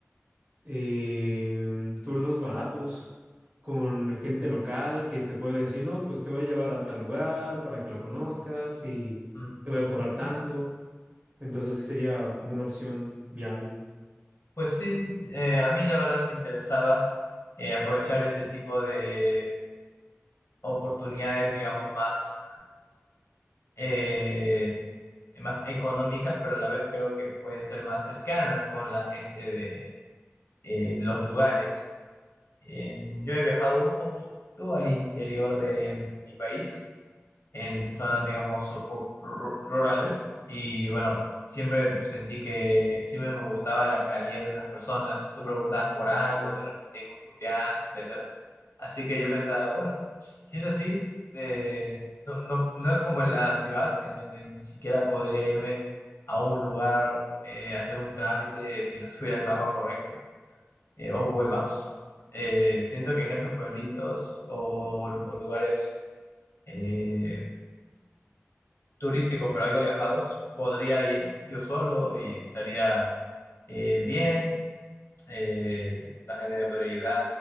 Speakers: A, on the right; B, on the left.
A: eh, tours más baratos con gente local que te puede decir, no, pues te voy a llevar a tal lugar para que lo conozcas y
B: Ujú.
A: te voy a cobrar tanto. Entonces sí sería como una opción viable.
B: Pues sí, eh, a mí la verdad me interesaba eh, aprovechar ese tipo de oportunidades, digamos, más, eh, más económicas, pero a la vez creo que pueden ser más cercanas con la gente de eh, los lugares. Eh, yo he viajado un poquito al interior de mi país en zonas, digamos, su- u- ru- rurales. Y bueno, siempre sentí que siempre me gustaba la calidad de las personas. Tú preguntabas por algo, te respondían con confianza, etcétera. Así que yo pensaba, bueno, si es así, eh, no, no, no es como en la ciudad, en donde ni siquiera podría irme a un lugar, eh, hacer un trámite si no tuviera el mapa correcto, eh, o Google Maps. Eh, siento que en estos pueblitos o, o lugares eh, turísticos pero algo alejados, podría ir yo solo y estaría eh, bien, eh, la gente me podría ayudar,